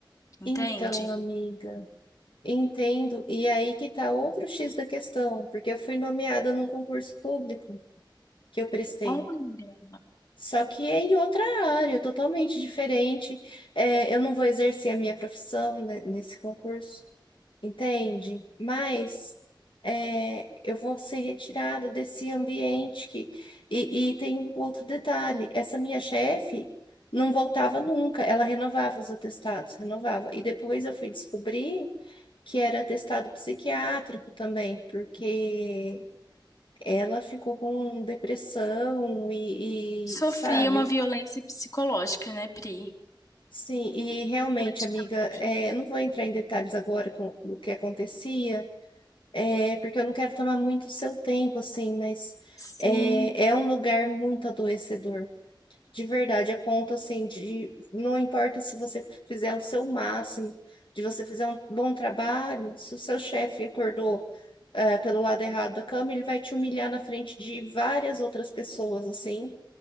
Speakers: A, on the left; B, on the left.
A: entende?
B: Então, amiga, entendo. E aí que tá outro X da questão, porque eu fui nomeada num concurso público que eu prestei.
A: Olha,
B: Só que é em outra área, totalmente diferente. É, eu não vou exercer a minha profissão ne- nesse concurso, entende? Mas é, eu vou ser retirada desse ambiente que... E, e tem um outro detalhe, essa minha chefe não voltava nunca, ela renovava os atestados, renovava. E depois eu fui descobrir que era atestado psiquiátrico também, porque... Ela ficou com depressão e,
A: sofri
B: e, sabe?
A: uma violência psicológica, né, Pri?
B: Sim, e realmente,
A: Praticamente.
B: amiga, é, eu não vou entrar em detalhes agora com o que acontecia, é, porque eu não quero tomar muito seu tempo, assim, mas
A: Sim,
B: é, é um lugar muito adoecedor, de verdade, a ponto, assim, de não importa se você fizer o seu máximo, de você fizer um bom trabalho, se o seu chefe acordou, é, pelo lado errado da cama, ele vai te humilhar na frente de várias outras pessoas, assim,